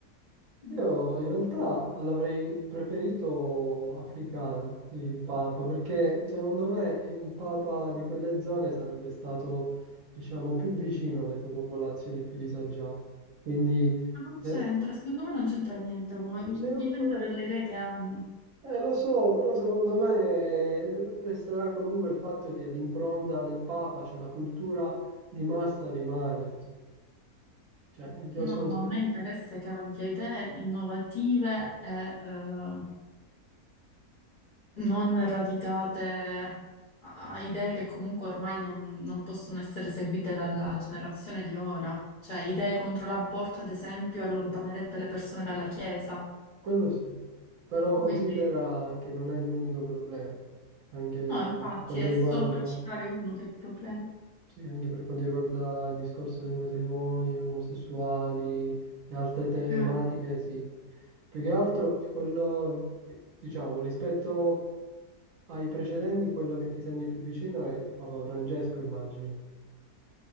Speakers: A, on the left (about 45°); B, on the right (about 65°).
A: Ma
B: Io in realtà l'avrei preferito africano, il Papa, perché secondo me un Papa di quelle zone sarebbe stato, diciamo, più vicino alle popolazioni più disagiate. Quindi,
A: non
B: se,
A: c'entra, secondo me non c'entra niente, mo- dipende
B: secondo me,
A: dalle idee che hanno.
B: eh, lo so, però secondo me eh, resterà comunque il fatto che l'impronta del Papa, cioè la cultura di massa rimane. Cioè, io sono
A: No, ma
B: sempre...
A: a me interessa che abbia idee innovative e eh, non radicate a a idee che comunque ormai non, non possono essere seguite dalla generazione di ora. Cioè, idee contro l'aborto, ad esempio, allontanerebbe le persone dalla Chiesa.
B: Quello sì, però considera
A: Quindi,
B: che non è l'unico problema, anche
A: no, infatti,
B: per quanto
A: è
B: riguarda,
A: solo per citare uno dei problemi.
B: sì, anche per quanto riguarda il discorso dei matrimoni omosessuali e altre tematiche,
A: Ah.
B: sì. Più che altro, quello, diciamo, rispetto ai precedenti, quello che ti senti più vicino è, è Papa Francesco, immagino.